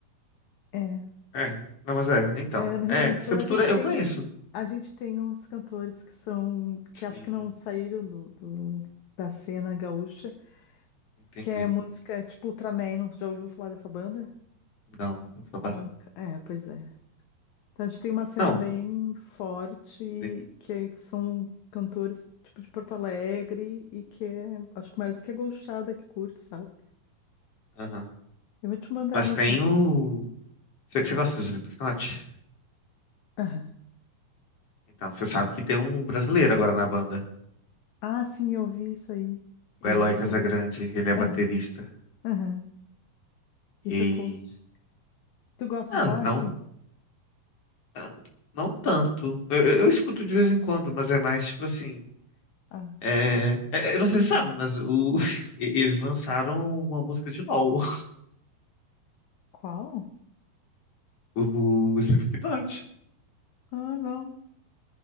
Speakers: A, on the left (about 60°); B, on the left (about 40°).
A: É.
B: É, não, mas é, então.
A: É. É, no Rio
B: É,
A: Grande do
B: Sepultura
A: Sul a gente
B: eu
A: tem
B: conheço.
A: a gente tem uns cantores que são que
B: Sim,
A: acho que não saíram do, do- da cena gaúcha,
B: entendi.
A: que é música tipo Ultraman, não já ouviu falar dessa banda?
B: Não, nunca ouvi falar.
A: Nunca. É, pois é. Então, a gente tem uma cena
B: Não,
A: bem forte,
B: sim,
A: que é- que são cantores tipo de Porto Alegre e que é, acho que mais que é gauchada que curte, sabe?
B: aham.
A: Eu vou te mandar
B: Mas
A: umas
B: tem
A: músicas.
B: o. Você gosta de Slipknot?
A: Aham.
B: Então, você sabe que tem um brasileiro agora na banda.
A: Ah, sim, eu vi isso aí. Eu
B: o Eloy
A: vi,
B: Casagrande,
A: aliás.
B: ele é baterista.
A: Aham, aham. E
B: E
A: tu
B: aí.
A: curte? Tu gosta
B: Ah,
A: de rock?
B: não. ah, Não tanto. Eu, eu- eu escuto de vez em quando, mas é mais tipo assim.
A: Ah,
B: É, é, eu não sei se você sabe, mas o, <laughs> e- eles lançaram uma música de LOL, <laughs>
A: qual?
B: o, Slipknot.
A: Ah, não.